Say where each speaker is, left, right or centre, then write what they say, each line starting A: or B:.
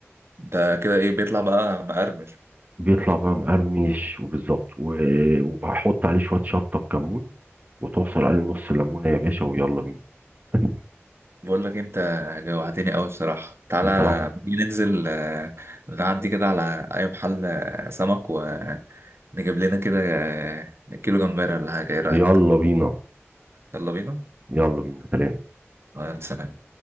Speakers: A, on the right; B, on the right.
A: ده كده ايه بيطلع بقى مقرمش
B: بيطلع بقى مقرمش وبالظبط و... وبحط عليه شويه شطه بكمون وتعصر عليه نص ليمونه يا باشا ويلا بينا <laughs>
A: بقول لك انت جوعتني قوي بصراحه تعالى
B: بصراحه
A: ممكن ننزل آه، نعدي كده على اي محل آه، سمك ونجيب لنا كده آه، كيلو جمبري ولا حاجه ايه رايك
B: يلا بينا
A: يلا بينا
B: يلا بينا سلام
A: آه، سلام